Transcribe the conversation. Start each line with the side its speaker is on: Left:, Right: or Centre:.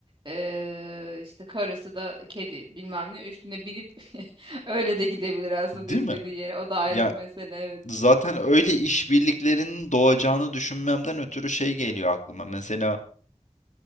Right: E, işte karısı da kedi bilmem ne üstüne binip <laughs> öyle de gidebilir aslında
Left: Değil
Right: istediği
Left: mi?
Right: yere. O da ayrı
Left: Ya
Right: bir mesele evet.
Left: zaten öyle işbirliklerinin doğacağını düşünmemden ötürü şey geliyor aklıma. Mesela